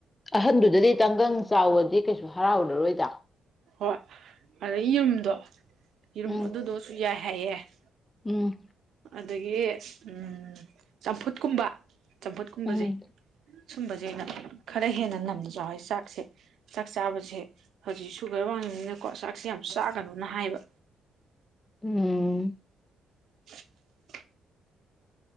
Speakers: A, on the left; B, on the right.
A: ꯑꯍꯟꯗꯨꯗꯗꯤ ꯇꯟꯒꯪ ꯆꯥꯎꯑꯣꯗꯤ ꯀꯩꯁꯨ ꯍꯔꯥꯎꯔꯔꯣꯏꯗ
B: ꯍꯣꯏ ꯑꯗꯩ ꯌꯨꯝꯗꯣ ꯌꯦꯔꯨꯝ
A: ꯎꯝ
B: ꯑꯗꯨꯗꯣꯁꯨ ꯌꯥꯏꯦ <unintelligible>
A: ꯎꯝ
B: ꯑꯗꯒꯤ ꯎꯝ ꯆꯝꯐꯨꯠꯀꯨꯝꯕ ꯆꯝꯐꯨꯠꯀꯨꯝꯕꯁꯦ
A: ꯎꯝ
B: ꯁꯨꯝꯕꯁꯦ ꯑꯣꯏꯅ ꯈꯔ ꯍꯦꯟꯅ ꯅꯝꯅ ꯆꯥꯎ ꯍꯥꯏꯁꯦ ꯆꯥꯛꯁꯦ ꯆꯥꯛ ꯆꯥꯕꯁꯦ ꯍꯧꯖꯤꯛꯁꯨ ꯁꯨꯒꯔ ꯋꯥꯡꯉꯤꯅꯤꯅꯀꯣ ꯆꯥꯛꯁꯦ ꯌꯥꯝ ꯆꯥꯛꯒꯅꯣꯅ ꯍꯥꯏꯕ
A: ꯎꯝ
B: <inaudible>